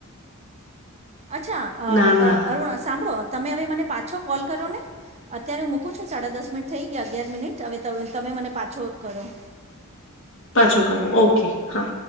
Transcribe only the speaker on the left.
ના ના
પાછો કરો ઓકે હા